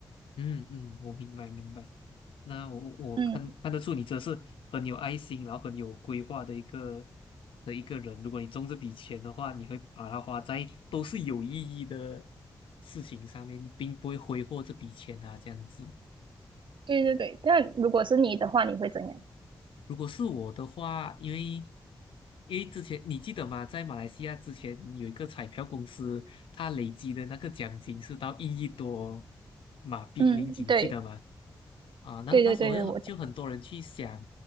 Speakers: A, on the left (about 80°); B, on the right (about 70°).
A: 嗯嗯，我明白明白。那我我看看得出你这是很有爱心，
B: 嗯，
A: 然后很有规划的一个的一个人。如果你中这笔钱的话，你会把它花在都是有意义的事情上面，你并不会挥霍这笔钱啊，这样子。
B: 对对对。那如果是你的话，你会怎样？
A: 如果是我的话，因为因为之前你记得吗？在马来西亚之前有一个彩票公司，它累积的那个奖金是到一亿多马币零几，
B: 嗯，
A: 你记得吗？
B: 对，
A: 啊，那那时候就就很多人去想，
B: 对对对对，我